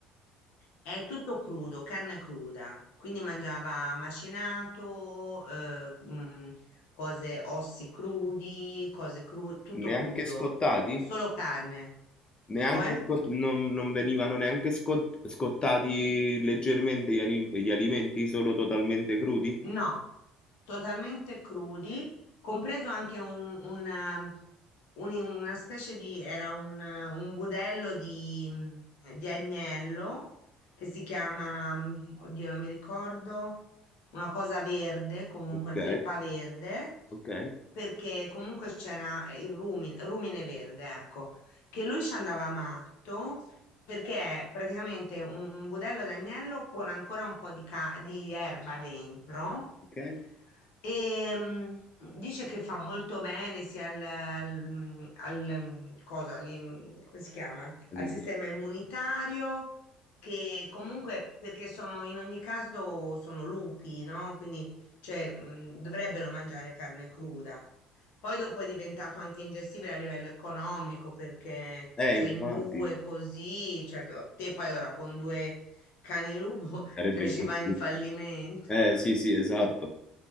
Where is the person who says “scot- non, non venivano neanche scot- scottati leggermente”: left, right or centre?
Left